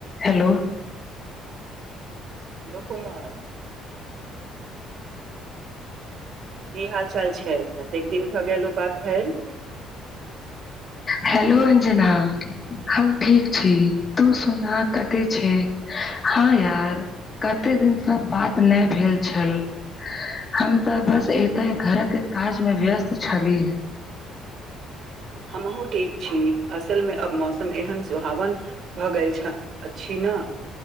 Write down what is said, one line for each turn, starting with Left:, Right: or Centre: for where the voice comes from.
Left: Hello
Right: hello Komal की हाल चाल छै कतेक दिन भए गेल ओ बात भेल
Left: हेलो अंजना हम ठीक छी तू सुना कते छै हँ यार कते दिनसँ बात नय भेल छल हम तऽ बस एतऽ हे घर के काज मे व्यस्त छली
Right: हमहुू ठीक छी असल मे अब मौसम एहन सुहावन भऽ गेल छ अछि न